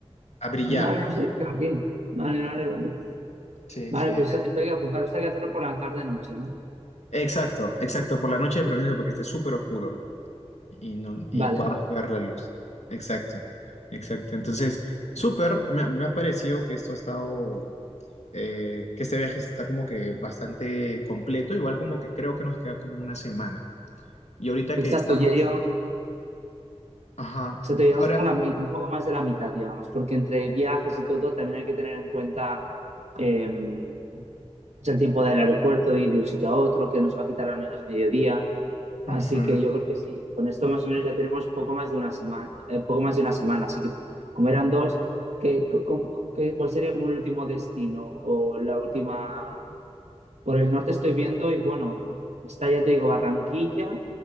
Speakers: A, on the left (about 80°); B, on the right (about 80°).
A: a brillar.
B: vale, no sé. de qué Vale, vale, vale.
A: Sí,
B: Vale,
A: sí.
B: pues esto esto hay que apuntar, esto hay que hacerlo por la tarde-noche, ¿no?
A: Exacto, exacto, por la noche de preferencia para que esté súper oscuro y, no, y
B: Vale,
A: podamos ver la luz. Exacto, exacto. Entonces, súper, me, me ha parecido que esto ha estado, eh, que este viaje está como que bastante completo, igual como que creo que nos queda como una semana. Y ahorita
B: exacto,
A: que estamos,
B: ya llevamos,
A: ajá,
B: exacto, llevamos
A: ahora,
B: como la mi- un poco más de la mitad, llevamos, porque entre viajes y todo también hay que tener en cuenta em, es el tiempo del aeropuerto, de ir de un sitio a otro, que nos va a quitar al menos mediodía.
A: ujú,
B: Así que yo creo que sí, con esto más o menos ya tenemos poco más de una semana, eh, poco más de una semana. Así que como eran dos, ¿qué, co- co- qué- cuál sería como el último destino o la última? Por el norte estoy viendo y bueno, está ya te digo Barranquilla